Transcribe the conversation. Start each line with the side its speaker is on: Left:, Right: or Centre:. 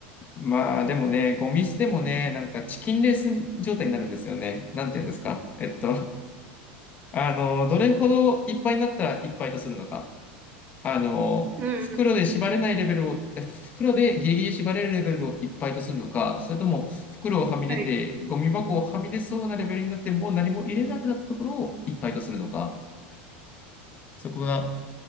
Left: まあでもね、ゴミ捨てもね、
Right: うん
Left: なんかチキンレース状態になるんですよね。なんて言うんですか。えっと、あの、どれほどいっぱいになったらいっぱいとするのか。あの、
Right: うん
Left: 袋で縛れないレベルを、え袋でギリギリ縛れるレベルをいっぱいとするのか、それとも袋をはみ出て、
Right: はい。
Left: ゴミ箱をはみ出そうなレベルになって、もう何も入れなくなったところをいっぱいとするのか。そこが、